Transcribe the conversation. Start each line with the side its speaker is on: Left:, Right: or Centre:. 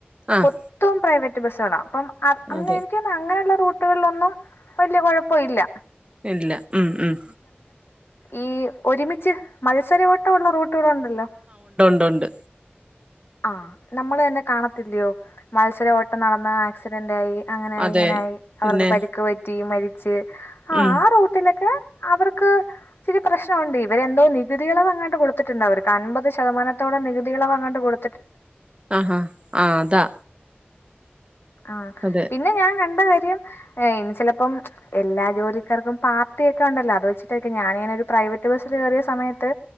Right: ആഹ്
Left: മൊത്തവും പ്രൈവറ്റ് ബസ്സ്‌കളാ. അ, അങ്ങനെ
Right: അതെ
Left: എനിക്ക് തോന്നു, അങ്ങനെയുള്ള റൂട്ടുകളിലൊന്നും വലിയ കുഴപ്പം ഇല്ല.
Right: ഇല്ല. ഉം ഉം.
Left: ഈ, ഒരുമിച്ച് മത്സര ഓട്ടംമുള്ള റൂട്ടുകളുണ്ടല്ലോ?
Right: ണ്ടു ണ്ട്.
Left: ആ. നമ്മള് തന്നെ കാണത്തില്ലയോ? മത്സര ഓട്ടം നടന്ന ആക്സിഡന്റ് ആയി അങ്ങനെയായി,
Right: അതെ
Left: ഇങ്ങനെയായി, അവർക്ക്
Right: പിന്നെ
Left: പരിക്ക് പറ്റി, മരിച്ച് ആ
Right: ഉം
Left: ആ റൂട്ടിലൊക്കെ അവർക്ക് ച്ചിരി പ്രശ്നവുണ്ട്. ഇവരെന്തോ, നികുതി ഇളവങ്ങാണ്ട് കൊടുത്തിട്ടുണ്ട് അവർക്ക്. അൻമ്പത് ശതമാനത്തോളം നികുതിളവങ്ങാണ്ട് കൊടു
Right: ആഹാ ആഹ് അതാ
Left: ആ.
Right: അതെ
Left: പിന്നെ ഞാൻ കണ്ട കാര്യം <unintelligible> ര്യം ഏയ് ചിലപ്പം, എല്ലാ ജോലിക്കാർക്കും പാർട്ടി ഒക്കെ ഉണ്ടല്ലോ? അത് വെച്ചിട്ടൊക്കെ, ഞാനങ്ങനെ ഒരു പ്രാക് പ്രൈവറ്റ് ബസ്സിൽ കയറിയ സമയത്ത്